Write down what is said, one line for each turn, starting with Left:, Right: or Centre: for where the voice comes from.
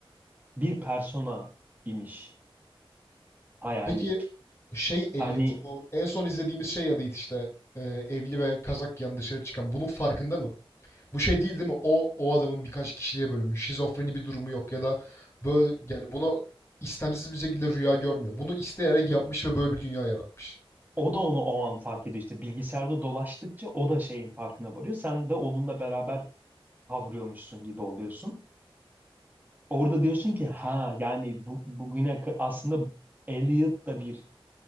Right: bir persona imiş hayali.
Left: Peki şey Elliot
Right: Hani
Left: bu en son izlediğimiz şey Elliot işte e, evli ve kazak giyen dışarı çıkan bunun farkında mı? Bu şey değil değil mi? O o adamın birkaç kişiliğe bölünmüş. Şizofreni bir durumu yok ya da böyle yani buna istemsiz bir şekilde rüya görmüyor. Bunu isteyerek yapmış ve böyle bir dünya yaratmış.
Right: o da onu o an fark ediyor işte bilgisayarda dolaştıkça o da şeyin farkına varıyor. Sen de onunla beraber kavruyormuşsun gibi oluyorsun. Orada diyorsun ki ha yani bu, bugüne ka- aslında Elliot da bir